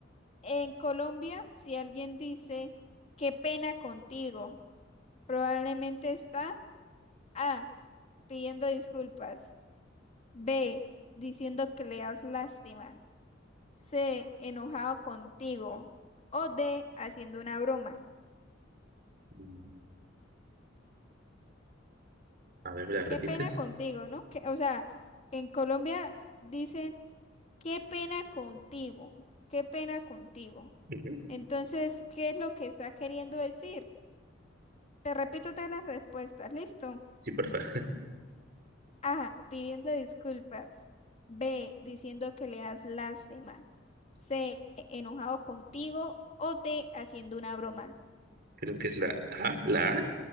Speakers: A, on the left; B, on the right.
A: en Colombia, si alguien dice, qué pena contigo. Probablemente está A, pidiendo disculpas, B, diciendo que le das lástima, C, enojado contigo o D, haciendo una broma.
B: Mm, A ver, ¿me la repites?
A: Qué pena contigo, ¿no? Que- o sea, en Colombia dicen, qué pena contigo, qué pena contigo.
B: Ujú.
A: Entonces, ¿qué es lo que está queriendo decir? Te repito todas las respuestas, ¿listo?
B: Sí, porfa.
A: A. Pidiendo disculpas. B. Diciendo que le das lástima. C. Enojado contigo. O D. Haciendo una broma.
B: Creo que es la A, la A,